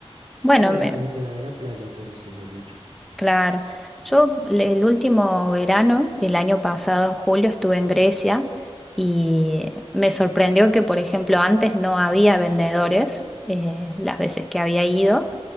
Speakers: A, in the centre; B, on the right.
A: Bueno,
B: Bueno,
A: me-
B: dependerá de la playa, pero sí, hay muchos.
A: claro. Yo le- el último verano, el año pasado, en julio, estuve en Grecia y me sorprendió que, por ejemplo, antes no había vendedores, eh, las veces que había ido.